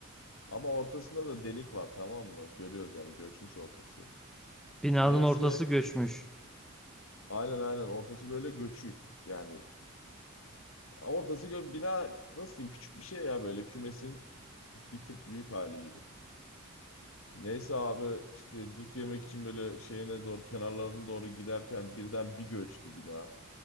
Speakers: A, on the left; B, in the centre.
A: Ama ortasında da delik var tamam mı? Görüyoruz yani göçmüş ortası.
B: Binanın
A: Neyse
B: ortası göçmüş.
A: aynen aynen ortası böyle göçük. Yani Ortası gö- bina nasıl diyeyim küçük bir şey ya böyle kümesin bir tık büyük hali gibi. Neyse abi işte dut yemek için böyle şeyine doğru kenarlarına doğru giderken birden bir göçtü bina